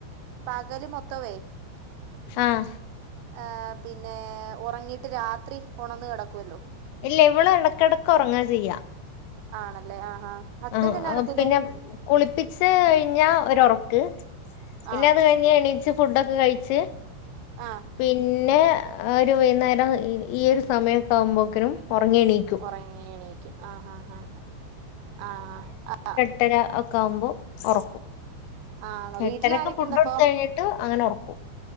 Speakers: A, on the right (about 85°); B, on the left (about 85°).
A: പകല് മൊത്തമേ
B: ആഹ്
A: ആ പിന്നെ ഒറങ്ങിട്ട് രാത്രി ഒണന്ന് കിടക്കുല്ലോ
B: ഇല്ല ഇവള് ഇടക്കിടക്ക് ഉറങ്ങാ ചെയ്യാ.
A: ആണല്ലേ ആഹ് ആഹ് ഹസ്ബൻഡ്
B: ആഹ്
A: എന്നാ എടുക്കുന്നു
B: പിന്നെ കുളിപ്പിച്ച് കഴിഞ്ഞാ ഒരൊറക്ക് പിന്നെ
A: ആഹ്
B: അത് കഴി ഞ്ഞ് എണീച്ച് ഫുടൊക്കെ കഴിച്ച്
A: ആഹ്
B: പിന്നെ ഒരു വൈന്നേരം ഈ ഒരു സമയൊക്കെ ആകുമ്പോക്കിനും ഒറങ്ങിണീ
A: ഉറങ്ങി എണീക്കും ആഹ് ആഹ് ആഹ് ആ ആ
B: ട്ടര ഒക്കെ ആകുമ്പോൾ ഒറക്കും
A: ആഹ് ആണോ
B: എട്ടരക്ക്
A: വീട്ടിൽ ആരൊക്കെയുണ്ട്
B: ഫുഡ് കൊടുത്ത്
A: അപ്പൊ
B: കഴിഞ്ഞ ട്ട് അങ്ങനെ ഉറക്കും